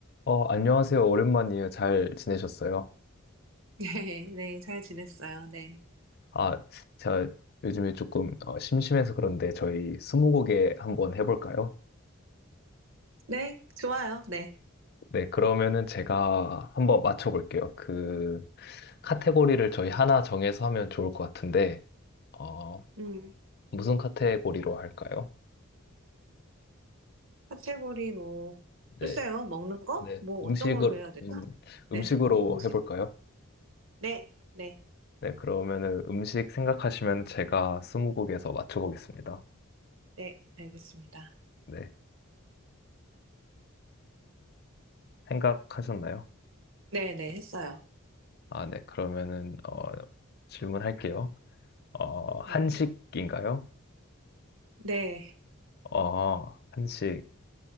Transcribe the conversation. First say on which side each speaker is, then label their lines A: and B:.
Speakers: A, on the left (about 50°); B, on the right (about 65°).
A: 어, 안녕하세요. 오랜만이에요. 잘 지내셨어요?
B: <laughs> 네, 네, 잘 지냈어요. 네.
A: 아, 제가 요즘에 조금 어, 심심해서 그런데 저희 스무고개 한번 해볼까요?
B: 네, 좋아요. 네.
A: 네, 그러면은 제가 한번 맞춰볼게요. 그 카테고리를 저희 하나 정해서 하면 좋을 것 같은데, 어,
B: 음,
A: 무슨 카테고리로 할까요?
B: 카테고리 뭐,
A: 네,
B: 글쎄요, 먹는 거?
A: 네,
B: 뭐,
A: 음식으로,
B: 어떤 걸로 해야 되죠?
A: 음,
B: 네,
A: 음식으로
B: 음식.
A: 해볼까요?
B: 네, 네,
A: 네, 그러면은 음식 생각하시면 제가 스무고개에서 맞춰보겠습니다.
B: 네, 알겠습니다.
A: 네, 생각하셨나요?
B: 네, 네, 했어요.
A: 아, 네. 그러면은 어, 질문할게요. 어, 한식인가요?
B: 네, 네,
A: 어, 한식.